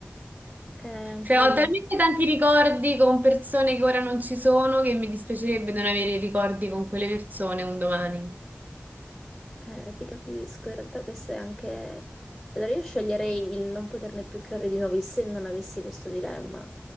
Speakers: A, in the centre; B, on the right.
A: Eh, anche
B: Cioè, ho
A: io.
B: talmente tanti ricordi con persone che ora non ci sono che mi dispiacerebbe non avere ricordi con quelle persone un domani.
A: Eh, ti capisco, in realtà questo è anche... Allora io sceglierei il non poterne più creare di nuovi se non avessi questo dilemma.